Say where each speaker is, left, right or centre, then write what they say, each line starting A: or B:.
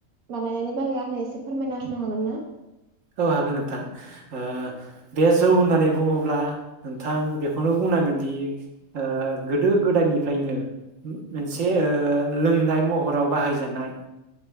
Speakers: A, on the right (about 80°); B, on the right (about 65°).
A: बानायनायनि बागै आंनो एसे फोरमायना होनो हागोन ना?
B: औ हागोन नोंथां ओ बे जौ होननानै बुङोब्ला नोंथां बेखौनो बुंनांगोन दि ओ गोदो गोदायनिफ्रायनो मोनसे ओ लोंनाय महराव बाहायजानाय